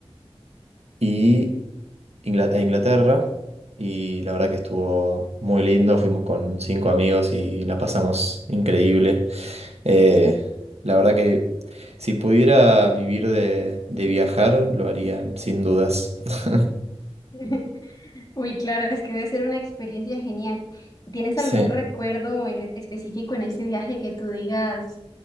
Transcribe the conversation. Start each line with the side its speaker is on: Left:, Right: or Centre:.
Right: y Ingla- e Inglaterra. Y la verdad que estuvo muy lindo, fuimos con cinco amigos y la pasamos increíble. Eh, la verdad que si pudiera vivir de, de viajar, lo harían sin dudas. <laughs>
Left: <laughs> Uy, claro, es que debe ser una experiencia genial. ¿Tienes
Right: Sí.
Left: algún recuerdo en específico en ese viaje que tú digas,